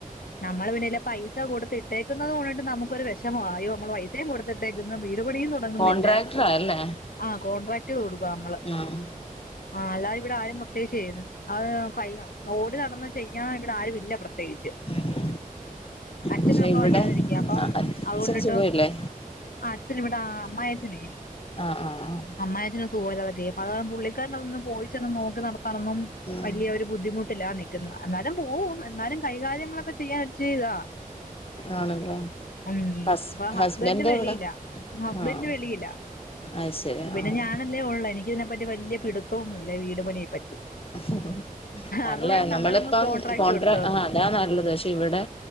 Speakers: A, on the left (about 80°); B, on the left (about 40°).
A: നമ്മള് പിന്നെല്ലെ പൈസ കൊടുത്തി ട്ടേക്കുന്നത്കൊണ്ട്‌ട്ട് നമുക്കൊരു വെഷമാ. ആയോ നമ്മള് പൈസേ കൊടുത്തിട്ടേക്കുന്നു വീപണിയും തൊട തുടങ്ങുന്നില്ല.
B: കോൺട്രാക്ടറാ അല്ലേ
A: ആഹ് കോൺട്രാ - ക്റ്റ് കൊടുക്ക നമ്മള്.
B: ആഹ്
A: ആഹ് അല്ലാ ഇവിടെ ആരും ഒത്തെഷേയ്യരുത്. അഹ് കൈല. ഓടി നടന്നു ചെയ്യാനോ ഇവിടെ ആരും ഇല്ല പ്രത്യേകിച്ച്.
B: <inaudible> പക്ഷെ
A: ഛനൊക്കെ
B: ഇവിടെ
A: വയ്യാതിരിക്ക. അപ്പം
B: അച്ഛന്
A: അതുകൊണ്ടിട്ട്
B: സുഖമില്ലേ
A: ആഹ് അച്ഛന് വടെ. അമ്മായിഅച്ചന്.
B: ആഹ് ആഹ് ആഹ്
A: അമ്മായിഅച്ചനെ സൂഖല്ല. അതൊെ അപ്പ അത പുള്ളിക്കാരന അതൊന്ന് പോയിച്ചന്ന് നോക്കി നടത്താനൊന്നും. വലിയ
B: ഉം
A: ഒരു ബുദ്ധിമുട്ടില നിൽക്കുന്ന. എന്നാലും പോവും എന്നാലും കൈകാര്യങ്ങളൊക്കെ ചെയ്യാൻ അടിച്ച് ചെയ്താ
B: ആണല്ലേ.
A: ഉം
B: ഹസ്
A: അപ്പൊ ഹസ്ബൻഡ് വെളിയില.
B: എവിടെ
A: ഹസ്ബൻഡ്
B: ആഹ്
A: വെളിയില.
B: അയ്ശരി
A: പിന്നെ
B: ആഹ്
A: ഞാനൊ ല്ലേ ഉള്ള. എനിക് ഇതിനെപ്പറ്റി വലിയ പിടുത്തന്നുമില്ല. വീട് പണിയെ പറ്റി.
B: ഉ <inaudible> അല്ലേ.
A: അതുകൊണ്ടിട്ട്
B: നമ്മളിപ്പം
A: നമ്മളങ്ങ് കോൺട്രാക്ട്
B: കോൺട്രാ
A: കൊടുത്തത്
B: ആഹ് അതാ നല്ലത്. പക്ഷെ ഇവിടെ